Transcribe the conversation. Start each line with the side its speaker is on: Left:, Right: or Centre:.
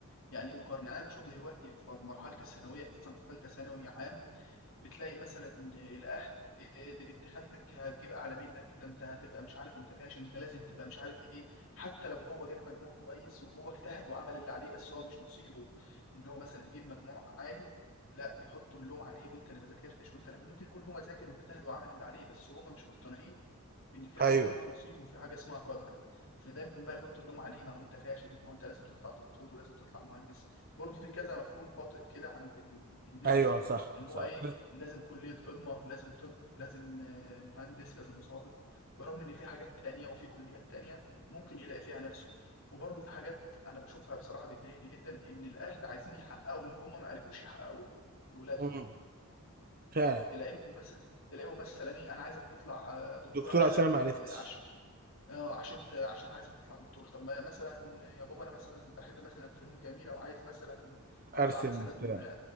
Left: يعني ايه مقارنه انا بشوف دلوقتي في مرحله الثانويه خصوصا ثالثه ثانوي عام بتلاقي مثلا الاهل إيه دي بنت خالتك هتجيب اعلى منك ده انت هتبقى مش عارف انت فاشل انت لازم تبقى مش عارف ايه حتى لو هو جاب مجموع كويس وهو اجتهد وعمل اللي عليه بس هو مش نصيبه ان هو مثلا يجيب مجموع عالي لا يحطوا اللوم عليه وانت اللي ما ذاكرتش وانت اللي وممكن يكون هو ذاكر واجتهد وعمل اللي عليه بس هم مش مقتنعين بان في حاجه
Right: ايوه
Left: اسمها نصيب وفي حاجه اسمها قدر فدايما بقى يحط اللوم عليه ما هو انت فاشل ما هو انت لازم تطلع دكتور ولازم تطلع مهندس برضه في كذا مفهوم خاطئ كده عند ال- الناس
Right: ايوه صح
Left: ان هو
Right: صح
Left: ايه لازم كليه قمه لازم طب لازم آه، مهندس لازم ضابط برغم ان في حاجات تانية وفي كليات تانية ممكن يلاقي فيها نفسه وبرضه في حاجات انا بشوفها بصراحه بتضايقني جدا ان الاهل عايزين يحققوا اللي هم ما عرفوش يحققوه لاولادهم
Right: امم فعلا
Left: تلاقيهم بس تلاقيهم مثلا ايه انا عايزك تطلع آه، دكتور
Right: دكتور
Left: عشان
Right: عشان
Left: انا كنت
Right: أنا ما عرفتش
Left: عشان اه عشان ت- عشان عايزك تطلع دكتور طب ما مثلا يا بابا انا مثلا بحب مثلا فنون جميله وعايز مثلا اطلع
Right: ارسم
Left: مثلا
Right: بتاع